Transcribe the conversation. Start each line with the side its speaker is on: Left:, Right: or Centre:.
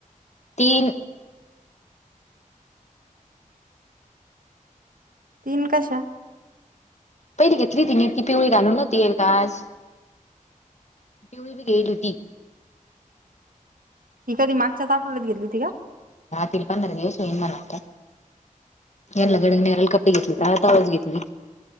Left: तीन.
Right: तीन कशा.
Left: पहिली घेतली तिने ती पिवळी घालून ना ती एकदाच. पिवळी बी गेली होती.
Right: ही कधी मागच्याच आठवड्यात गेली होती का.
Left: दहा ते पंधरा दिवस होईन मला आता, यरला गड निराल कपडे घेतले. आवाज घेतली.